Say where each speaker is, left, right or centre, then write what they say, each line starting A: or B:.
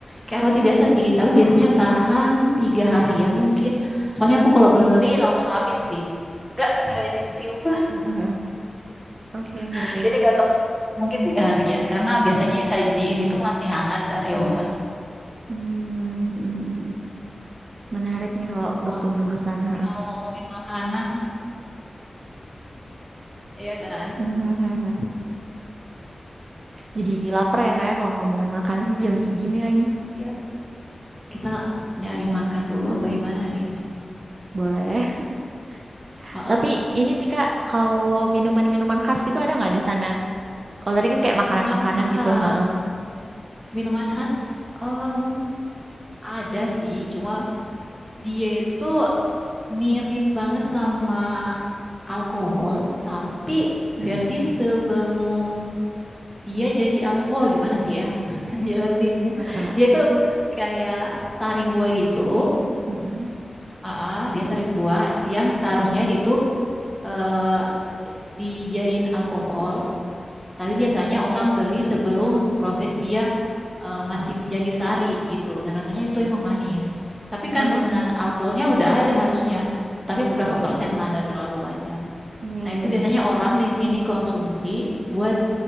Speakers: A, in the centre; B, on the right.
A: kayak roti biasa sih, tapi
B: Oh,
A: biasanya
B: oh, oh.
A: tahan tiga harian mungkin. Soalnya aku kalau beli langsung habis sih. Nggak nggak disimpan.
B: Hmm, hmm, hmm. Oke, oke,
A: <laughs>
B: oke.
A: Jadi nggak tahu mungkin tiga harian karena biasanya disajiin itu masih hangat dari oven.
B: Hmm, hmm, hmm. Menarik nih kalau berkunjung
A: Wah,
B: ke sana.
A: tapi
B: ha.
A: kalau ngomongin makanan, iya kan?
B: Hmm, hmm, hmm, hmm. Jadi lapar ya kayak kalau ngomongin makanan
A: Iya
B: ini jam
A: sih.
B: segini lagi.
A: Iya. Kita nyari makan dulu apa gimana nih?
B: Boleh. <laughs>
A: Heeh.
B: Tapi ini sih Kak, kalau minuman-minuman khas gitu ada nggak di sana? Kalau tadi kan kayak
A: Minuman
B: makanan-makanan
A: khas.
B: gitu. ha.
A: Minuman khas em, ada sih, cuma dia itu mirip banget sama alkohol, tapi
B: Hmm.
A: versi sebelum dia jadi alkohol gimana sih ya <laughs> jelasinnya
B: Apa tuh Kak?
A: dia tuh kayak sari buah gitu
B: Hmm, hmm.
A: Aa, dia sari buah yang seharusnya dia tuh eh, dijadiin alkohol Tapi
B: Oke,
A: biasanya
B: oke.
A: orang beli sebelum proses dia uh, masih menjadi sari gitu. Dan rasanya itu emang manis. Tapi kandungan
B: Namanya?
A: alkoholnya
B: Mm,
A: udah ada harusnya. Tapi beberapa
B: Oh,
A: persen lah, nggak terlalu banyak.
B: iya,
A: Nah
B: iya,
A: itu biasanya
B: iya.
A: orang di sini konsumsi buat